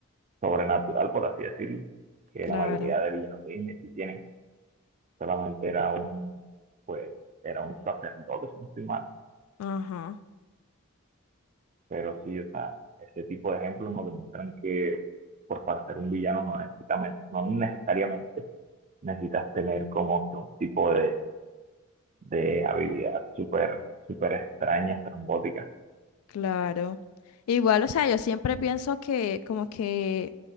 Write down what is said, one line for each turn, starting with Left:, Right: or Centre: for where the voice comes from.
Right: sobrenatural, por así decirlo, que
Left: claro,
Right: la mayoría de villanos de Disney sí tienen. Solamente era un, pues, era un sacerdote, si no estoy mal.
Left: ajá,
Right: Pero sí, o sea, ese tipo de ejemplos nos demuestran que, pues, para ser un villano no necesitamente, no necesariamente necesitas tener como que un tipo de de habilidad súper, súper extraña, estrambótica.
Left: claro. Igual, o sea, yo siempre pienso que como que,